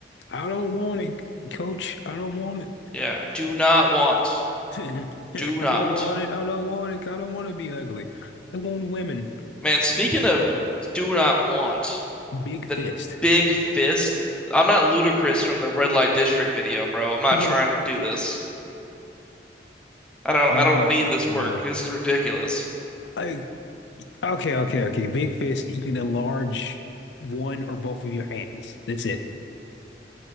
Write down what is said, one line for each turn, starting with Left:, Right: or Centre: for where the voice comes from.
Left: I don't want it, coach. I don't want it.
Centre: Yeah, do not want.
Left: <laughs> I don't
Centre: Do not.
Left: want it. I don't want it. I don't want to be ugly. I want women.
Centre: Man, speaking of do not want,
Left: Big
Centre: the
Left: fist.
Centre: big fist. I'm not ludicrous from the red light district video, bro. I'm not
Left: <laughs>
Centre: trying to do this. I don't
Left: Uh,
Centre: I don't need this quirk. This is ridiculous.
Left: like okay, okay, okay. Big fist. You can enlarge one or both of your hands. That's it.